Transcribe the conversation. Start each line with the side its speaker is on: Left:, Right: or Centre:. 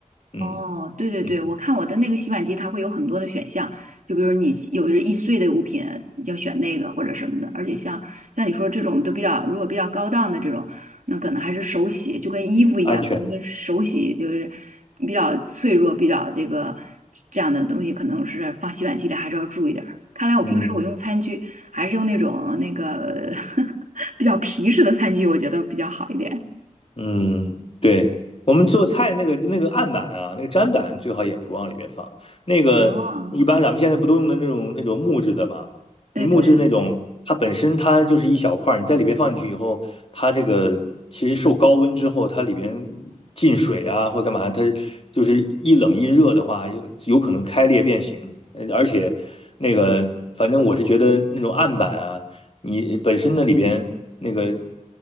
Left: 嗯
Right: 哦，对对对，
Left: 嗯，
Right: 我看我的那个洗碗机，它会有很多的选项，就比如你有易碎的物品要选那个或者什么的，而且像像你说这种都比较，如果比较高档的这种，那可能还是手洗，就跟衣服一样，
Left: 安全。
Right: 那个手洗就是比较脆弱，比较这个这样的东西，可能是放洗碗机里还是要注意点儿。看来我平时我用餐具还是用那种那个
Left: 嗯。
Right: <laughs> 比较皮实的餐具，我觉得比较好一点。
Left: 嗯，对，我们做菜那个那个案板啊，那个砧板最好也不往里面放。那个一般咱们现在不都用的那种那种木质的嘛？
Right: 哦，对对。
Left: 你木质那种，它本身它就是一小块儿，你在里边放进去以后，它这个其实受高温之后，它里边进水啊或干嘛，它就是一冷一热的话，有有可能开裂变形。呃而且那个，反正我是觉得那种案板啊。你本身那里边那个，